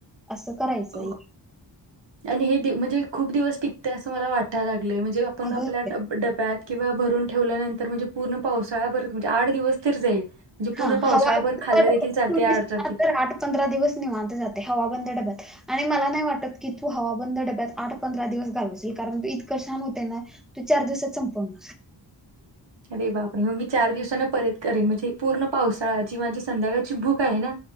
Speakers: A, in the centre; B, on the right (about 75°).
A: असं करायचं
B: हो
A: आहे.
B: आणि हे म्हणजे खूप दिवस टिकते असं मला वाटाय लागलय. म्हणजे आपण
A: अगं
B: आपल्या डब्यात किंवा भरून ठेवल्यानंतर म्हणजे पूर्ण पावसाळा भर म्हणजे आठ दिवस तर जाईल. म्हणजे पूर्ण
A: हा
B: पावसाळाभर
A: हवा बंद
B: खाल्लं देखील
A: डब्यात
B: चालते
A: ठेवलीस
B: आठ चार दिवस
A: तर आठ पंधरा दिवस निवांत जातय हवाबंद डब्यात. आणि मला नाही वाटत की तू हवा बंद डब्यात आठ पंधरा दिवस घालवशील कारण तू इतकं छान होते ना तू चार दिवसात संपवून
B: अरे बापरे मग मी चार दिवसांन परत करेन म्हणजे पूर्ण पावसाळाजी माझी संध्याकाळची भूक आहे ना.